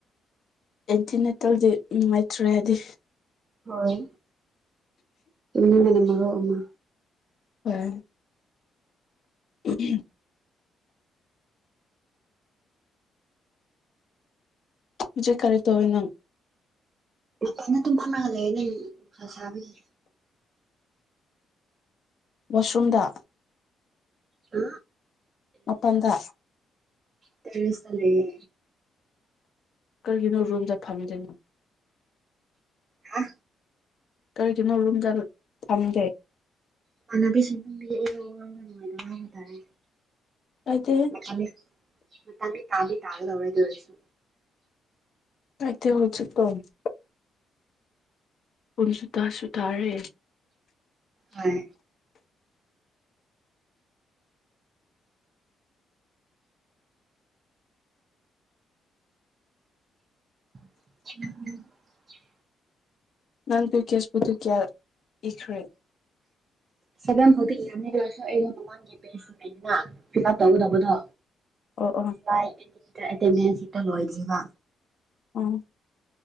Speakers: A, on the left (about 50°); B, on the right (about 35°).
A: ꯑꯦꯟꯇꯤꯅꯦꯇꯦꯜꯗꯤ ꯅꯨꯡꯉꯥꯏꯇ꯭ꯔꯦ ꯍꯥꯏꯗꯤ
B: ꯍꯣꯏ ꯏꯒꯅ ꯃꯔ ꯑꯃ
A: ꯎꯝ ꯎꯝ ꯍꯧꯖꯤꯦ ꯀꯔꯤꯗꯋꯅ
B: ꯐꯖꯅ ꯑꯗꯨꯝ ꯐꯝꯅꯒ ꯂꯩꯦ ꯅꯪ ꯁꯥꯕꯒꯤ
A: ꯋꯥꯁꯨꯝꯗ
B: ꯑ
A: ꯃꯄꯟꯗ
B: ꯇꯔꯁ ꯂꯩꯦ
A: ꯀꯔꯤꯒꯤꯅꯣ ꯔꯨꯝꯗ ꯐꯪꯗꯣꯏꯅꯣ
B: ꯍꯥ
A: ꯀꯔꯤꯒꯤꯅꯣ ꯔꯨꯝꯗ ꯊꯝꯗꯦ
B: ꯏꯃꯥꯟꯅꯕꯤꯁꯤꯡ ꯄꯨꯝꯕꯤꯔꯛꯏꯕ ꯋꯥꯉꯥꯡꯅ ꯅꯨꯡꯉꯥꯏꯅꯕ ꯍꯥꯏꯕ ꯇꯥꯔꯦ
A: ꯀꯥꯏꯗꯦ
B: ꯃꯊꯥꯡ ꯃꯇꯥꯡꯗꯤ ꯇꯥꯗꯤ ꯇꯥꯒꯗꯧꯔꯦꯗꯣꯏꯁꯨ
A: ꯍꯥꯏꯗꯤ ꯍꯧ ꯎꯆ ꯀꯝ <unintelligible> ꯄꯨꯟꯁꯨꯇꯥ ꯁꯨꯇꯥꯔꯦ
B: ꯍꯥꯏ ꯎꯝꯝ
A: ꯅꯪꯗꯤ ꯀꯦꯁꯄꯨꯗꯨ ꯀꯌꯥ ꯏꯈ꯭ꯔꯦ
B: ꯁꯕꯝ ꯍꯧꯖꯤꯛ ꯌꯥꯝ ꯂꯩꯔꯁꯨ ꯑꯩꯅ ꯃꯃꯥꯡꯒꯤ ꯄꯦꯅꯤꯅ <unintelligible> ꯐꯤꯛ ꯑꯞ ꯇꯧꯒꯗꯧꯕꯗꯣ
A: ꯑꯣ ꯑꯣ
B: <unintelligible> ꯑꯦꯇꯦꯟꯗꯦꯟ ꯍꯛꯇ ꯂꯣꯏꯕ
A: ꯎꯝ